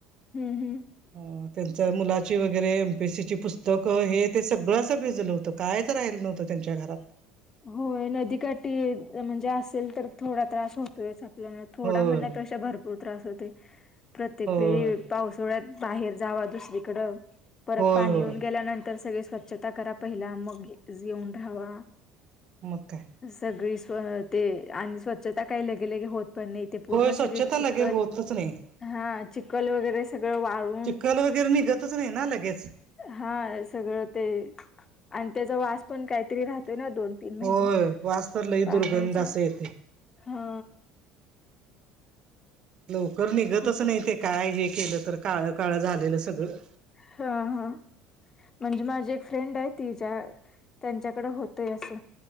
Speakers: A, on the left; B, on the right.
A: हम्म हम्
B: हो त्यांच मुलाची वगैरे एम पी एस सीची पुस्तकं हे ते सगळं असं भिजलं होतं कायच राहिलं नव्हतं. त्यांच्या घरात
A: होय नदीकाठी म्हणजे असेल. तर थोडा त्रास होतोय. थोडा
B: होय
A: म्हणण्यापेक्षा भरपूर त्रास होते प्रत्येक
B: होय
A: वेळी पावसाळ्यात बाहेर जावा दुसरीकडं परत
B: होय
A: पाणी
B: होय
A: येऊन गेल्यानंतर सगळे स्वछ छट करा पहिला मग येेऊन राहावा.
B: मग काय?
A: सगळी सोय आहे ते आणि स्वतः काही लगेलगे होतपण नाही. ते पूर्ण
B: होय स्वच्छता
A: सगळे
B: लगे
A: चिखल
B: होतच नाही
A: हा चिखल वगैरे सगळं वाळू
B: चिखल वगैरे निघतच नाही ना लगेच.
A: हा सगळं ते आणि त्याचा वास पण काहीतरी राहत ते ना दोन तीन महिने,
B: होय वास तर लई
A: पाहण्याचा
B: दुर्गंध असं येते.
A: हा.
B: लवकर निघतच
A: खूप
B: नाही. ते काय हे केलं तर काळ काळ झालेलं सगळं.
A: हां हां. म्हणजे माझी एक फ्रेंड आहे. तीज्या त्यांच्याकडे होतय असं.